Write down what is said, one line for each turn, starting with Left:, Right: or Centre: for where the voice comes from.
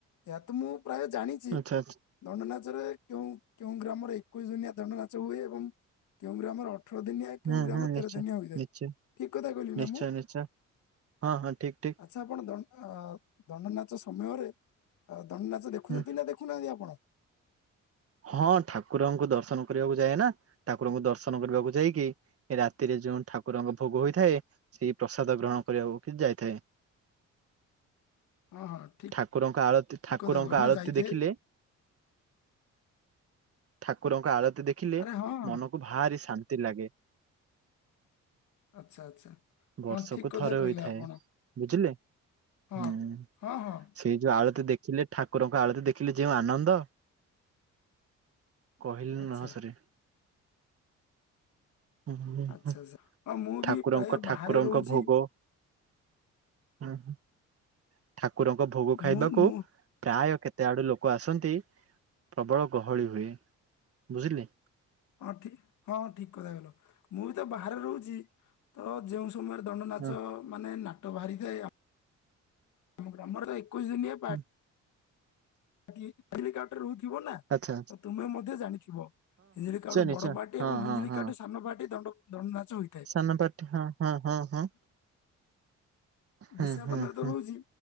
Left: ଏହା ତ ମୁଁ ପ୍ରାୟ ଜାଣିଚି।
Right: ଆଚ୍ଛା ଆଚ୍ଛା
Left: ଦଣ୍ଡ ନାଚରେ କେଉଁ କେଉଁ ଗ୍ରାମରେ ଏକୋଇଶ ଦିନିଆ ଦଣ୍ଡ ନାଚ ହୁଏ ଏବଂ କେଉଁ ଗ୍ରାମରେ ଅ ଅଠର ଦିନିଆ
Right: ହୁଁ
Left: କେଉଁ ଗ୍ରାମରେ
Right: ହୁଁ ନିଶ୍ଚୟ।
Left: ତେର ଦିନିଆ ହୋଇଥାଏ
Right: ନିଶ୍ଚୟ
Left: ଠିକ କଥା କହିଲି
Right: ନିଶ୍ଚୟ
Left: ନା ମୁଁ?
Right: ନିଶ୍ଚୟ ହଁ ହଁ ଠିକ ଠିକ।
Left: ଆଚ୍ଛା ଆପଣ ଦ ଅ ଦଣ୍ଡନାଚ ସମୟରେ ଅ ଦଣ୍ଡନାଚ ଦେଖୁଚନ୍ତି
Right: ହୁଁ
Left: ନା ଦେଖୁନାହାନ୍ତି ଆପଣ?
Right: ହଁ ଠାକୁରଙ୍କୁ ଦର୍ଶନ କରିବାକୁ ଯାଏ ନା ଠାକୁରଙ୍କୁ ଦର୍ଶନ କରିବାକୁ ଯାଇକି ଏ ରାତିରେ ଯୋଉଁ ଠାକୁରଙ୍କ ଭୋଗ ହୋଇଥାଏ ସେଇ ପ୍ରସାଦ ଗ୍ରହଣ କରିବାକୁ କି ଯାଇଥାଏ।
Left: ହଁ ହଁ ଠିକ୍
Right: ଠାକୁରଙ୍କ
Left: କ୍
Right: ଆଳତି ଠାକୁରଙ୍କ
Left: କଥା କହି
Right: ଆଳତି
Left: ନା ଯାଇଥାଏ।
Right: ଦେଖିଲେ ଠାକୁରଙ୍କ ଆଳତି ଦେଖିଲେ
Left: ଆରେ ହଁ ହଁ
Right: ମନକୁ ଭାରି ଶାନ୍ତି ଲାଗେ।
Left: ଆଚ୍ଛା ଆଚ୍ଛା
Right: ବର୍ଷକୁ
Left: ହଁ ଠିକ କଥା
Right: ଥରେ ହୋଇଥାଏ
Left: କହିଲେ ଆପଣ।
Right: ବୁଝିଲେ
Left: ହଁ
Right: ହୁଁ।
Left: ହଁ ହଁ।
Right: ସେଇ ଯୋଉ ଆଳତି ଦେଖିଲେ ଠାକୁରଙ୍କ ଆଳତି ଦେଖିଲେ ଯେଉଁ ଆନନ୍ଦ କହିଲେ
Left: ଆଚ୍ଛା
Right: ନହ ସରେ। ଓ ହୋ ହୋ
Left: ଆଚ୍ଛା
Right: ହୋ
Left: ଆଚ୍ଛା ହଁ ମୁଁ ବି
Right: ଠାକୁରଙ୍କ
Left: ପ୍ରାୟ ବାହାରେ
Right: ଠାକୁରଙ୍କ
Left: ରହୁଛି
Right: ଭୋଗ ହୁଁ ହୁଁ ଠାକୁରଙ୍କ ଭୋଗ ଖାଇବାକୁ
Left: ମୁଁ ମୁଁ
Right: ପ୍ରାୟ କେ ତେ ଆଡୁ ଲୋକ ଆସନ୍ତି ପ୍ରବଳ ଗହଳି ହୁଏ ବୁଝିଲେ।
Left: ହଁ ଠି ହଁ ଆ ଠିକ କଥା କହିଲ ମୁଁ ବି ତ ବାହାରେ ରହୁଚି ତ ଯେଉଁ ସମୟରେ ଦଣ୍ଡନାଚ
Right: ହଁ
Left: ମାନେ ନାଟ ବାହାରିଯାଏ ଆ-ମ ଗ୍ରାମରେ ତ ଏକୋଇଶି ଦିନିଆ ପା
Right: ହୁଁ
Left: ଟି ହେଇ ହେଲିକାପ୍ଟର ରହୁଥିବ ନା।
Right: ଆଛା ଆଛା।
Left: ତ ତୁମେ ମଧ୍ୟ ଜାଣିଥିବ ହିଞ୍ଜିଳିକା ଗୋଟେ
Right: ନିଶ୍ଚୟ
Left: ବଡ ପାର୍ଟି
Right: ହଁ
Left: ଏବଂ ହିଞ୍ଜିଳିକାଠୁ
Right: ହଁ ହଁ।
Left: ସାନ ପାାର୍ଟି ଦଣ୍ଡ ଦଣ୍ଡନାଚ ହୋଇଥାଏ।
Right: ସାନ ପାର୍ଟି ହଁ ହଁ ହଁ ହଁ। ହୁଁ
Left: ବିଶାଖାପାଟନାରେ
Right: ହୁଁ ହୁଁ
Left: ତ ରହୁଚି।